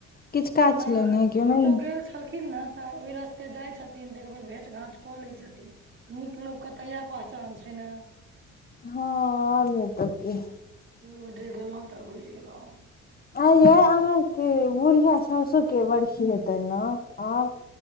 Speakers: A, on the left; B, on the right.
A: किछु काज
B: नई
A: छलै ने कि ओनाही
B: कतौ गेल छलखिन न तऽ ओहि रास्ते जाइ छथिन तऽ एक बेेर भेँट घांट कऽ लै छथिन। नीक लोक क तऽ एह पहचान छै ने
A: हं और नइ त की
B: ओ जे गेलौं तऽ घुुइर गेलौं
A: आ ये अहाँके बुढ़िया साउसो के बरखी हेतैन न आब